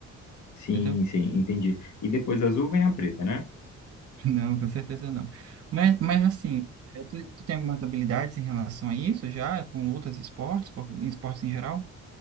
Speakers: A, on the left; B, on the right.
A: Sim,
B: entendeu?
A: sim, entendi. E depois da Azul vem a preta, né?
B: <laughs> Não, com certeza não. Mas, mas assim, é, tu, tu tem algumas habilidades em relação a isso já, com lutas e esportes, com- em esportes em geral?